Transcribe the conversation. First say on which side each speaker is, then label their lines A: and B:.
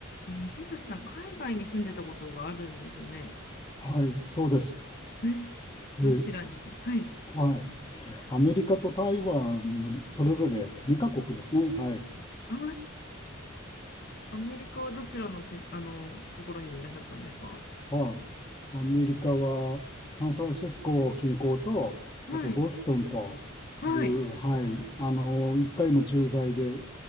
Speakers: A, on the left; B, on the left.
A: 西崎さん、海外に住んでたことがあるんですよね。
B: はい、そうです。
A: え、どちらにはい。
B: えはい。アメリカと台湾のそれぞれ2カ国ですね。はい。
A: あ、アメリカはどちらの国、あの、ところにいらっしゃったんですか
B: はい。アメリカはサンフランシスコ近郊と、
A: はい。
B: あとボストンという、
A: はい。
B: はい、あの、1回の駐在で